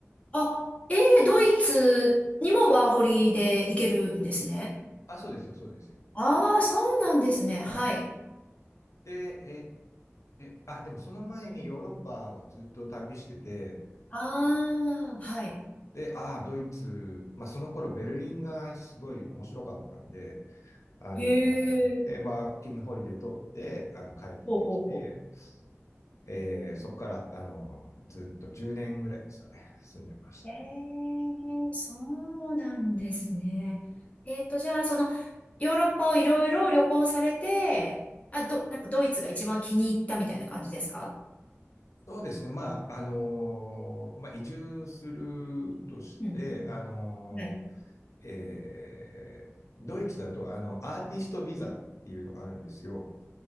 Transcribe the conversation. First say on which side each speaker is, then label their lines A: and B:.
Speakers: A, on the left; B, on the left.
A: あ、えー、ドイツにもワーホリで行けるんですね。
B: あ、そうですよ、そうですよ。
A: ああ、そうなんですね。はい。
B: はい。で、えー、あ、でもその前にヨーロッパをずっと旅してて、
A: ああ、はい。
B: で、ああ、ドイツ、まあその頃ベルリンがすごい面白かったんで、あの、
A: へえ、
B: で、ワーキングホリデー取って、あの、帰ってきて、
A: ほうほうほ
B: えーそこから、あの、ずっと10年ぐらいですかね、住んでました。
A: えー、そうなんですね。えっと、じゃあ、その、ヨーロッパをいろいろ旅行されて、あ、ど、なんかドイツが一番気に入ったみたいな感じですか
B: そうですね。まあ、あの、まあ、移住するとして、
A: うん。
B: あの、
A: はい。
B: えードイツだと、あの、アーティストビザっていうのがあるんですよ。